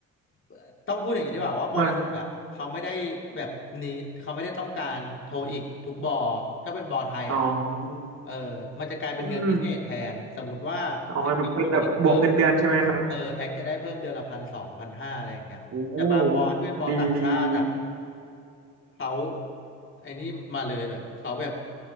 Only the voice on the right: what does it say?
เหมือน
อ๋อ
อืมอมอ๋อแบบเป็นแบบบวกเงินเดือนใช่ไหมครับ
โอ้ดีดีดี